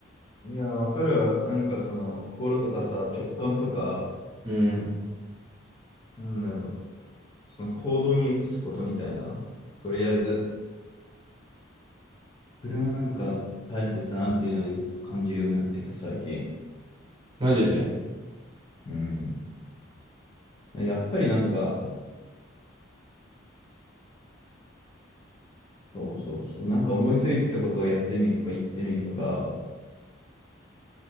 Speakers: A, on the left (about 25°); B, on the right (about 25°).
A: いや、わかるわ。なんかその、心とかさ、直感とか、
B: うん。
A: なんだろう。その行動に移すことみたいな。とりあえず、それもなんか大切だなっていうのはよく感じるようになってきた、最近。
B: マジで。
A: うん。やっぱりなんか、そうそうそう。なんか思いついたことをやってみるとか言ってみるとか、